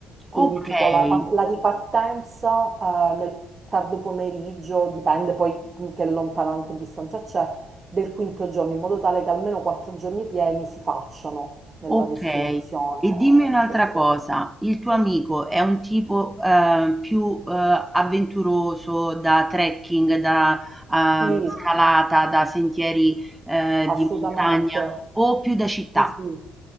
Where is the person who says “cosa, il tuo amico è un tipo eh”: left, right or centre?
Centre